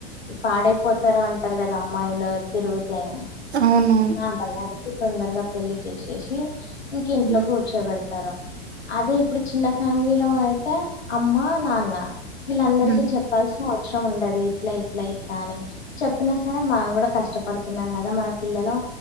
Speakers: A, on the left; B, on the right.
A: పాడైపోతారు అంటరు కదా అమ్మాయిలు తిరుగుతే
B: అవును
A: ఆ భయానికి తొందరగా పెళ్లి చేసేసి ఇంక ఇంట్లో
B: హ్మ్.
A: కూర్ కూర్చో పెడతార, అదే ఇప్పుడు చిన్న ఫ్యామిలీలో అయితే అమ్మ, నాన్న. వీళ్ళందరికి
B: హ్మ్.
A: చెప్పాల్సిన అవసరం ఉండది, ఇట్ల ఇట్ల ఇట్ల అని. చెప్పినా సరే మనం గుడ కష్టపడుతున్నం కదా, మన పిల్లలు